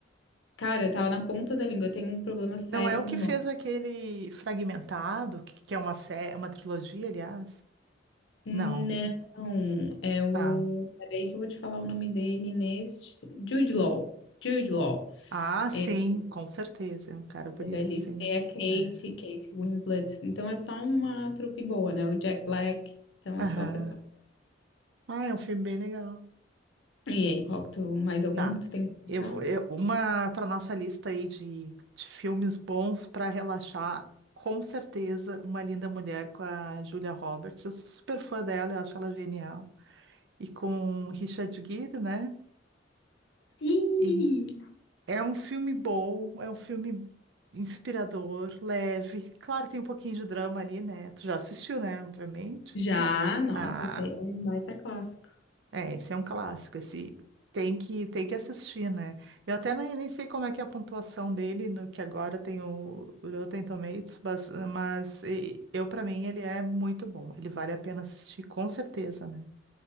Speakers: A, on the left (about 75°); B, on the right (about 65°).
A: Cara, eu tava na ponta da língua. Eu tenho um problema sério
B: Não é o
A: com
B: que
A: o
B: fez
A: nome.
B: aquele Fragmentado, que, que é uma sé- uma trilogia, aliás?
A: Não,
B: Não.
A: é o.
B: Tá.
A: Peraí que eu vou te falar o nome dele neste. Jude Law. Jude Law.
B: Ah, sim,
A: Esse
B: com certeza. É um cara bonito,
A: é belíssimo.
B: sim.
A: É a Kate,
B: É.
A: Kate Winslet. Então é só uma trupe boa, né? O Jack Black. Então
B: Aham.
A: é só a pessoa.
B: Ah, é um filme bem legal.
A: E aí, qual que tu, mais algum
B: Tá.
A: que tu tem que puxar?
B: Eu vou, eu- uma para nossa lista aí de, de filmes bons para relaxar, com certeza, Uma Linda Mulher com a Julia Roberts. Eu sou super fã dela, eu acho ela genial. e com Richard Gere, né?
A: Sim!
B: E é um filme bom, é um filme inspirador, leve. Claro, tem um pouquinho de drama ali, né? Tu já assistiu, né? Obviamente.
A: Já,
B: Não.
A: nossa,
B: Ah,
A: esse aí é um baita clássico.
B: é, esse é um clássico, esse tem que tem que assistir, né? Eu até nem, nem sei como é que é a pontuação dele no que agora tem o o Rotten Tomatoes, mas, mas e- eu para mim ele é muito bom, ele vale a pena assistir com certeza, né?